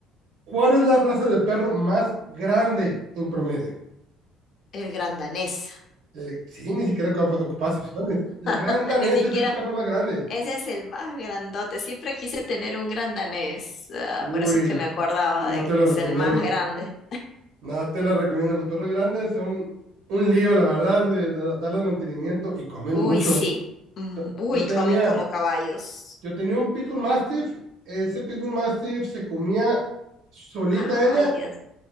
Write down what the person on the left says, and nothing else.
el gran danés.
<laughs>
Ni siquiera,
ese es el más grandote. Siempre quise tener un gran danés. ah,
por eso es que me acordaba
de
que
es
el más grande.
Uy,
sí. Mm, uy,
comen como caballos.
Ay,
Dios.